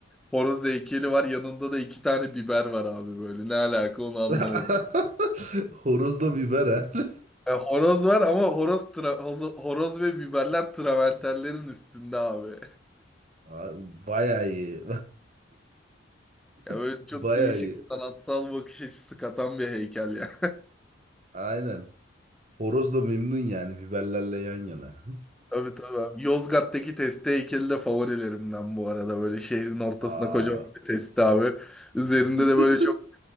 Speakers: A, in the centre; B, on the right.
A: Horoz heykeli var. Yanında da iki tane biber var abi böyle. Ne alaka onu anlamadım.
B: <laughs> Horozla biber ha. <laughs>
A: Yani horoz var ama horoz, tra- horoz horoz ve biberler travertenlerin üstünde abi. <laughs>
B: Aa, Bayağı iyi.
A: Ya böyle
B: <laughs>
A: çok
B: Bayağı
A: değişik
B: iyi.
A: sanatsal bakış açısı katan bir heykel ya.
B: Aynen. Horoz da memnun yani biberlerle yan yana.
A: Tabii tabii. abi. Yozgat'taki testi heykeli de favorilerimden bu arada. Böyle şehrin ortasına
B: <laughs> Aa.
A: kocaman bir testi abi. Üzerinde
B: <laughs>
A: de böyle çok